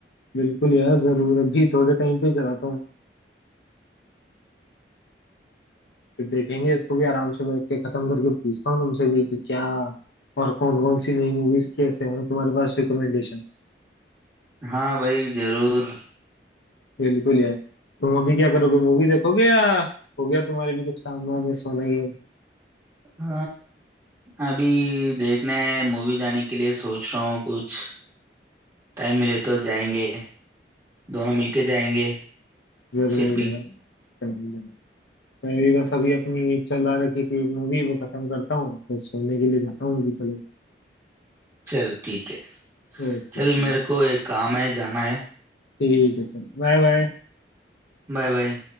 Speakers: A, on the left (about 80°); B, on the right (about 15°).
A: बिल्कुल यार जरूर अभी थोड़े टाइम पे चलाता हूँ फिर देखेंगे इसको भी आराम से बैठ के खत्म करके पूछता हूँ तुमसे भी कि क्या और कौन कौन सी नई मूवीज कैसे हैं तुम्हारे पास रिकमेंडेशन
B: हाँ भाई जरूर
A: बिल्कुल यार तुम अभी क्या करोगे मूवी देखोगे या हो गया तुम्हारे भी कुछ काम वाम है सोना ही है
B: अ, अभी देखना है मूवी जाने के लिए सोच रहा हूँ कुछ टाइम मिले तो जाएंगे दोनों मिलके जाएंगे
A: जरूर
B: फिर भी
A: यार जरूर। यार। मैं भी बस अभी अपनी चला रखी थी मूवी वो खत्म करता हूँ फिर सोने के लिए जाता हूँ अभी चलो
B: चल ठीक है
A: ओके
B: चल
A: चलो
B: मेरे को एक काम है जाना है
A: ठीक है चलो बाय बाय
B: Bye bye